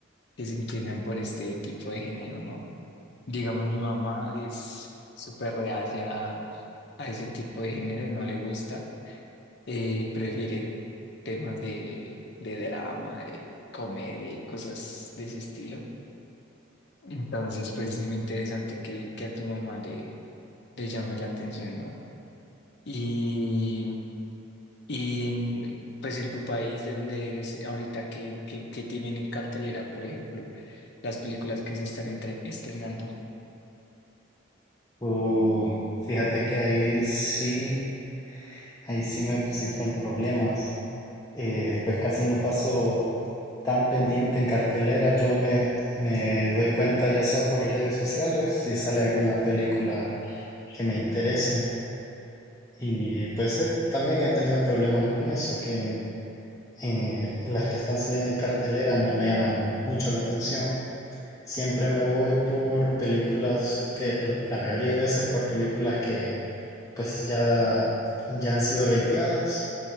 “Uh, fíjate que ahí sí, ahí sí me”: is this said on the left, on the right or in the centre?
Left